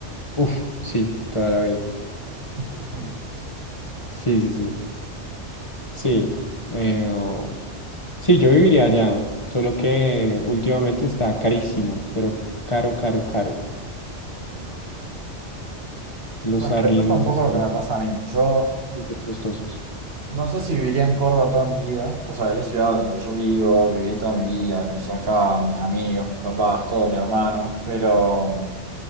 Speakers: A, on the left; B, on the right.
A: Uf, sí, toda la vida.
B: <laughs>
A: Sí, sí, sí. Sí. eh, oh, sí, yo viviría allá, solo que últimamente está carísimo, pero caro, caro, caro. Los
B: Bueno,
A: arriendos
B: te pasa un poco
A: están
B: lo que me pasa a mí. Yo
A: súper costosos.
B: no sé si viviría en Córdoba toda mi vida. O sea, es la ciudad donde yo vivo, viví toda mi vida, crecí acá, mis amigos, mis papás, todo mi hermano. Pero,